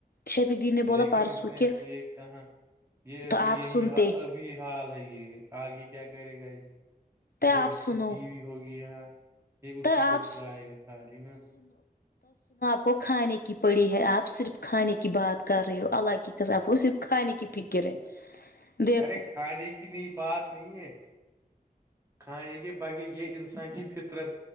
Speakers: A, on the left (about 80°); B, on the right (about 20°).
A: شفیق جی نے بولا
B: لیکن
A: پرسوں
B: اس نے
A: کہ
B: یہ کہا یہ ابھی
A: تو آپ
B: یہیال
A: سنتے
B: ابھی حال ہے یہ آگے کیا کرے گا
A: تو
B: جب
A: آپ
B: اس کی
A: سنو
B: بیوی ہوگی یہ یہ اسی
A: تو آپ
B: کو چلائے گا ساری میںا
A: آ کو کھانے کی پڑی ہے آپ صرف کھانے کی بات کر رہے ہو اللہ کی کاب کو صرف کھانے کی فکر ہے دیکھو
B: ارے کھانے کی نہیں بات نہیں ہے کھانے کے بغیر یہ انسان کی فطرت